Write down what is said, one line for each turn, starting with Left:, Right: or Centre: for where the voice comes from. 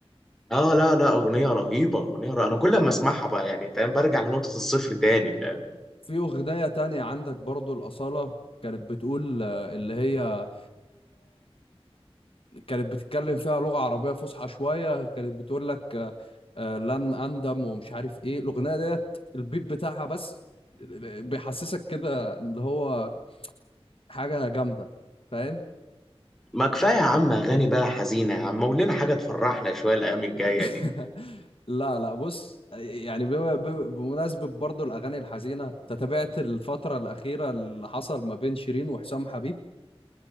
Centre: اه لا لا اغنيه رهيبه اغنيه رهيبة. انا كل ما اسمعها بقى يعني فاهم برجع لنقطه الصفر تاني فاهم
Left: في اغنيه تانية عندك برضو الاصاله كانت بتقول آه، اللي هي كانت بتتكلم فيها لغة عربية فصحى شوية كانت بتقول لك آه، آه، لن أندم ومش عارف إيه الأغنية ديت البيت بتاعها بس بيحسسك كده اللي هو حاجة جامدة فاهم
Centre: ما كفاية يا عم أغاني بقى حزينة يا عم قول لنا حاجة تفرحنا شوية الأيام الجاية
Left: <laughs>
Centre: دي
Left: لا لا بص يعني بما- بما- بمناسبة برضو الأغاني الحزينة أنت تابعت الفترة الأخيرة اللي حصل ما بين شيرين وحسام حبيب